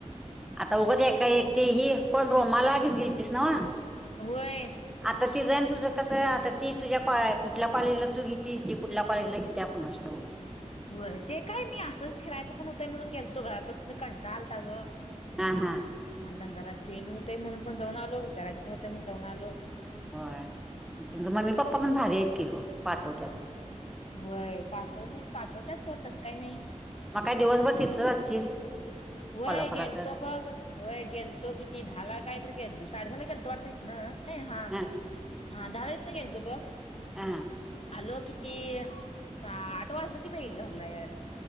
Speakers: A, in the centre; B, on the left.
A: आता उगंच एका एकी ही कोण रोमाला घेऊन गेलतीस नव्ह
B: होय.
A: आता तीज आणि तुझं कसं आता ती तुझ्या कुठल्या कॉलेजला तू घेतती ती कुठल्या कॉलेजला घेत्या कुणास ठाऊक
B: होय ते काय मी असंच फिरायचं पण होतंय म्हणून गेलतो घरापासून मी कंटाळ आलता ग
A: हा हा
B: म्हणताना जरा चेंज होतय म्हणून पण जाऊन आलो विचारायं पण होतय म्हणून जाऊन आलो
A: होय तुमच मम्मी पप्पा पण भारी आहेत की ग पाठवत्यात
B: व्हय पाठवलीत पाठवत्यात सोड तसं काय नई
A: मग काय दिवसभर तिथंच असशील
B: व्हय
A: कोल्हापुरातच
B: गेलतो बघ व्हय गेलतो किती दहाला कायतरी गेलतो साडेदहाला गेलतो वाटत इथन न नाही हा
A: ह
B: हा दहा वाजता गेलतो बघ
A: हां
B: आलो किती आठ वाजलं की बाई घरला यायला